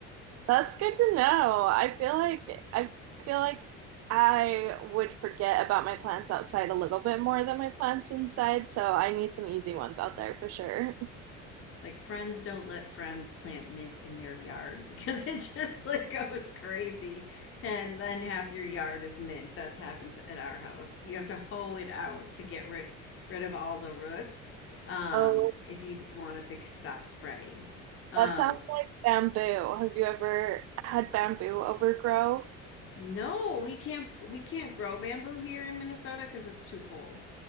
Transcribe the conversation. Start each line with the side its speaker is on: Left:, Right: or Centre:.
Right: That's good to know. I feel like I feel like I would forget about my plants outside a little bit more than my plants inside, so I need some easy ones out there for sure.
Left: Like friends don't let friends plant mint in their yard <laughs> because it just like goes crazy and then half your yard is mint. That's happened to, at our house. You have to hoe it out to get rid rid of all the roots um
Right: Oh,
Left: if you d- want it to stop spreading. Um
Right: That sounds like bamboo. Have you ever had bamboo overgrow?
Left: no, we can't we can't grow bamboo here in Minnesota because it's too cold.